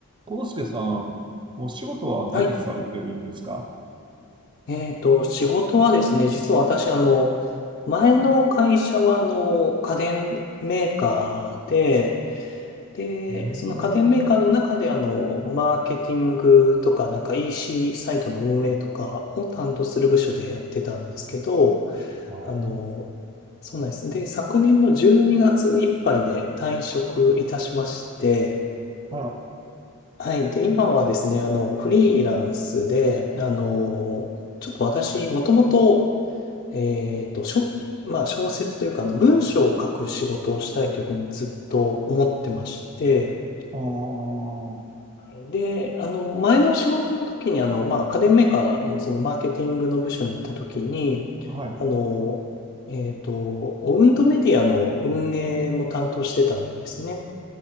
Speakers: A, on the right (about 20°); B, on the left (about 45°).
A: 康介さん、お仕事は何されてるんですか
B: はい。えっと、仕事はですね、実は私、あの、前の会社は、あの、家電メーカーで、で、
A: うーん。
B: その家電メーカーの中で、あの、マーケティングとか、なんか EC サイトの運営とかを担当する部署でやってたんですけど、
A: あー
B: あの、そうなんです。で、昨年の12月いっぱいで退職いたしまして、
A: あら、
B: はい。で、今はですね、あの、フリーランスで、あの、ちょっと私、もともと、えっと、しょ、まあ、小説というか、あの、文章を書く仕事をしたいというふうにずっと思ってまして、
A: あー
B: はいで、あの、前の仕事の時に、あの、まあ、家電メーカーのそのマーケティングの部署にいた時に、
A: はい。
B: あの、えっと、オウンドメディアの運営も担当してたんですね。